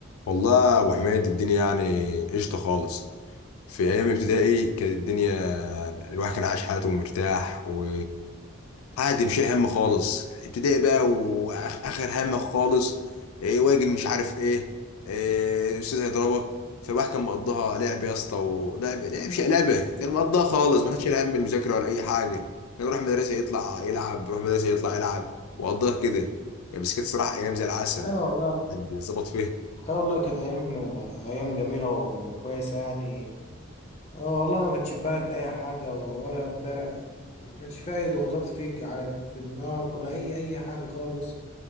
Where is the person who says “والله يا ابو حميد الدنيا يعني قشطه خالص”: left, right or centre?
Left